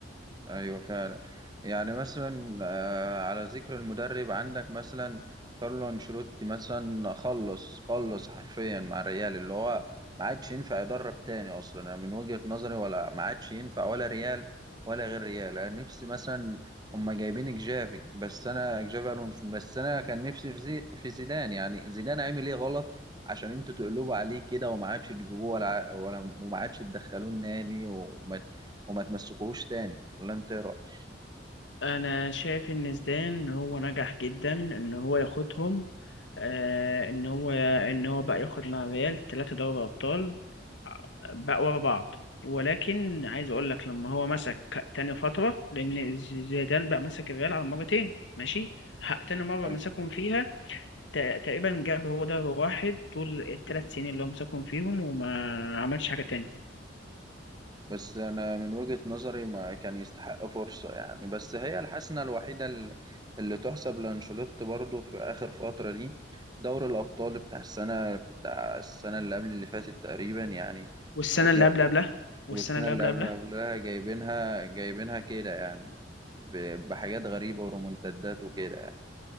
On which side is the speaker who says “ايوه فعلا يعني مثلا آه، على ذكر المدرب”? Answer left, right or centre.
Right